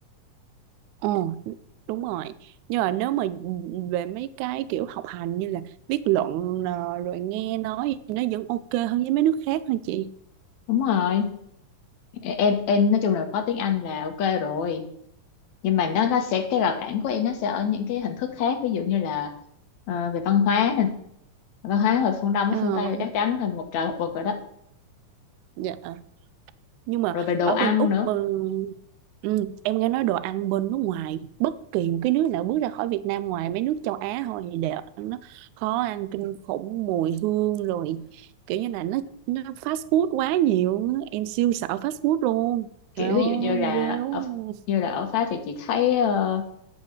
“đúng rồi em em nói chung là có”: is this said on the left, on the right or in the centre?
Left